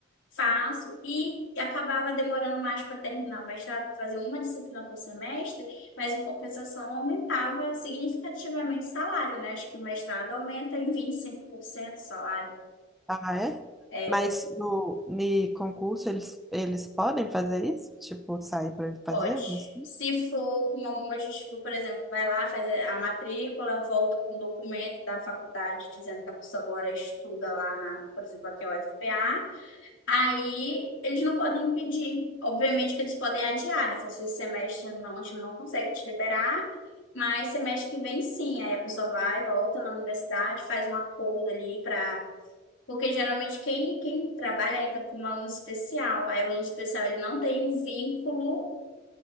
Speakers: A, on the left; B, in the centre.
A: Faço e acabava demorando mais para terminar o mestrado, para fazer uma disciplina por semestre, mas em compensação aumentava significativamente o salário, né? Acho que o mestrado aumenta em 25% o salário.
B: Ah, é?
A: É,
B: Mas no ni concurso eles, eles podem fazer isso? Tipo, sair para fazer?
A: pode.
B: Mas...
A: Se for com alguma justificativa, por exemplo, vai lá, faz a matrícula, volta com o documento da faculdade dizendo que a pessoa agora estuda lá na, por exemplo, aqui é o UFPA, Aí eles não podem impedir. Obviamente que eles podem adiar, né? Se esse semestre não, a gente não consegue te liberar, mas semestre que vem sim. Aí a pessoa vai, volta na universidade, faz um acordo ali para. Porque geralmente quem, quem trabalha entra como aluno especial. Aí o aluno especial ele não tem um vínculo